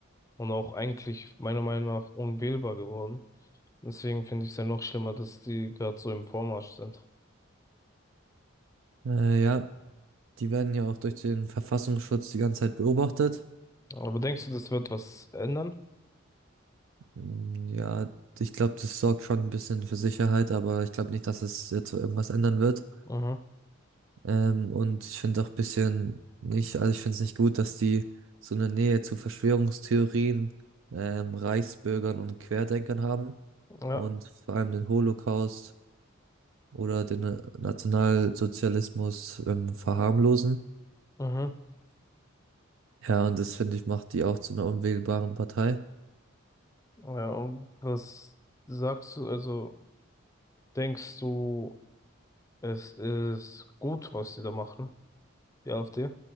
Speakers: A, on the left; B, on the right.
A: und auch eigentlich meiner Meinung nach unwählbar geworden. Deswegen finde ich es ja noch schlimmer, dass die gerade so im Vormarsch sind.
B: Äh, ja, die werden ja auch durch den Verfassungsschutz die ganze Zeit beobachtet.
A: Aber denkst du, das wird was ändern?
B: Mm, Ja, ich glaube, das sorgt schon ein bisschen für Sicherheit, aber ich glaube nicht, dass es jetzt so irgendwas ändern wird.
A: Mhm.
B: Ähm, und ich finde auch ein bisschen nicht, also ich finde es nicht gut, dass die so eine Nähe zu Verschwörungstheorien, ähm, Reichsbürgern und Querdenkern haben
A: Ja.
B: und vor allem den Holocaust oder den äh, Nationalsozialismus, ähm, verharmlosen.
A: Mhm.
B: Ja, und das finde ich macht die auch zu einer unwählbaren Partei.
A: Ja, und was sagst du, also denkst du, es ist gut, was die da machen, die AfD?